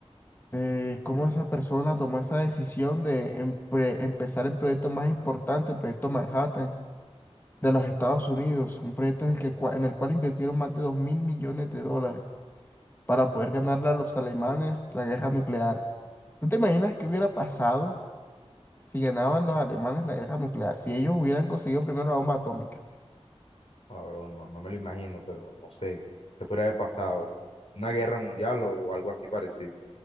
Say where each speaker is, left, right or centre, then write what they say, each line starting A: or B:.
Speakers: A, on the left (about 20°); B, on the left (about 65°).
A: eh, cómo esa persona tomó esa decisión de empre- empezar el proyecto más importante, el proyecto Manhattan de los Estados Unidos, un proyecto en el que, cua- en el cual invirtieron más de dos mil millones de dólares para poder ganarle a los alemanes la guerra nuclear. ¿Tú te imaginas qué hubiera pasado si ganaban los alemanes la guerra nuclear? Si ellos hubieran conseguido primero la bomba atómica.
B: Ah, bro, no, no me lo imagino, pero no sé, ¿qué podría haber pasado? ¿Una guerra mundial o algo así parecido?